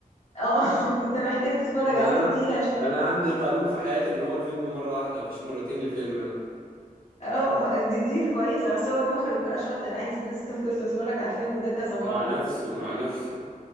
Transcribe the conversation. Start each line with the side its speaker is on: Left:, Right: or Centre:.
Left: اه <laughs> انت محتاج تتفرج
Right: ده
Left: عليه كتير
Right: انا
Left: عشان
Right: ده انا عندي قانون في حياتي ان هو الفيلم مره واحده مفيش مرتين لفيلم انا
Left: اه ما- دي دي كويسة بس هو المخرج بقى شاطر عايز الناس تفضل تتفرج على الفيلم ده كذا مرة
Right: مع نفسه مع نفسه